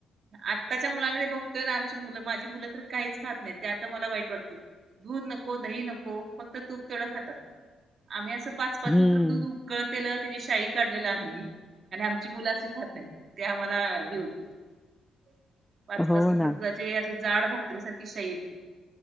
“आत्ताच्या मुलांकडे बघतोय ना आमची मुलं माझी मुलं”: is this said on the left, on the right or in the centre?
Right